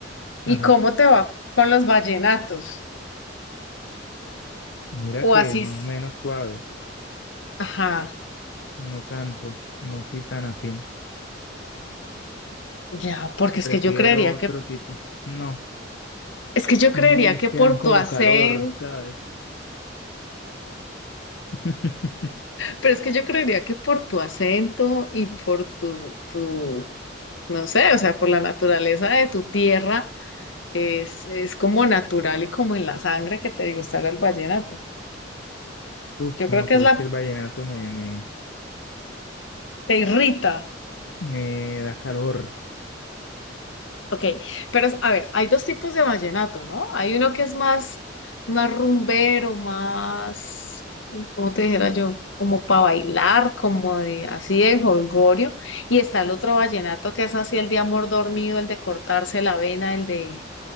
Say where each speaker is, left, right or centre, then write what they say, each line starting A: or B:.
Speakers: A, on the left; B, on the left.
A: ¿Y
B: Ajá.
A: cómo te va con los vallenatos?
B: Mira
A: O
B: que
A: así,
B: más
A: s-
B: o menos suave,
A: ajá,
B: no tanto, no soy tan afín.
A: ya, porque es
B: Prefiero
A: que yo creería
B: otro
A: que,
B: tipo. No,
A: es que yo
B: mm,
A: creería que
B: quedan
A: por
B: como
A: tu acento,
B: calor, ¿sabes? <laughs>
A: pero es que yo creería que por tu acento y por tu, tu, no sé, o sea, por la naturaleza de tu tierra, es, es como natural y como en la sangre que te gustará el vallenato.
B: Uf,
A: Yo
B: no,
A: creo que
B: pero
A: es la,
B: es que el vallenato me, me,
A: te irrita.
B: me da calor.
A: Ok, pero a ver, hay dos tipos de vallenato, ¿no? Hay uno que es más, más rumbero, más, ¿cómo te dijera yo? Como para bailar, como de así de jolgorio. Y está el otro vallenato que es así el de amor dormido, el de cortarse la vena, el de,